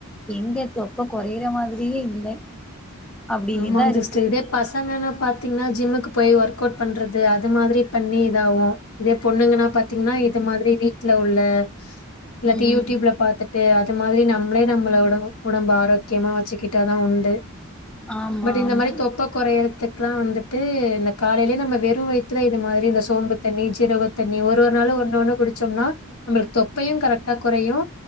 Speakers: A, in the centre; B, on the left (about 75°).
A: எங்க தொப்ப கொறையற மாதிரியே இல்ல. அப்டியேதா
B: ஆமாங்
A: இருக்கு
B: சிஸ்டர் இதே பசங்கனா பாத்தீங்ன்னா ஜிம்முக்கு போய் ஒர்க் அவுட் பண்றது அது மாதிரி பண்ணி இதாவு. இதே பொண்ணுங்கனா பாத்தீங்ன்னா இது மாதிரி வீட்ல உள்ள இல்லாட்டி
A: ம்ஹும்
B: யூடூயூப்ல பாத்துட் டு அது மாதிரி நம்ளே நம்ள உட உடம்ப ஆரோக்யமா வச்சுக்கிட்டாதா உண்டு.
A: ஆமா
B: பட் இந்த
A: ஆமா
B: மாரி தொப்ப கொறையறத்துக் க்லா வந்துட்டு இந்த காலைலே நம்ம வெறு வயித்துல இது மாரி இந்த சோம்பு தண்ணி ஜீரக தண்ணி ஒரு ஒரு நாளு ஒன்னு ஒன்னு குடிச்சோம்னா நம்ளுக்கு தொப்பையு கரெக்டா கொறயு